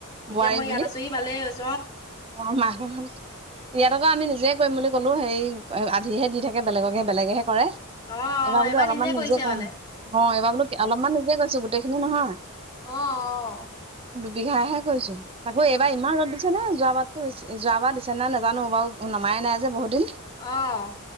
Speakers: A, on the left; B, on the right.
A: এতিয়া
B: বোৱাৰী
A: মই ইয়াত
B: বুলি
A: আছোহি ভালেই হৈছে
B: অ মানুহ ইয়াত আকৌ আমি নিজে কৰিম বুলি কলো হে আধিহে দি থাকে বেলেগকহে বেলেগেহে কৰে
A: অ',
B: এইবাৰ
A: অ',
B: বোলো অলপমান
A: কৰিছে
B: নিজে কও
A: মানে।
B: অ এইবাৰ বোলো অলপমান নিজে কৰিছোঁ গোটেই খিনি নহয়
A: অহ অহ
B: বিঘাহে কৈছো আকৌ এইবাৰ ইমান ৰ'দ দিছে নহয় যোৱা বাত তে যোৱাবাৰ দিছে নাই নাজানো বাৰু নমাই নাই যে বহুত দিন
A: অহ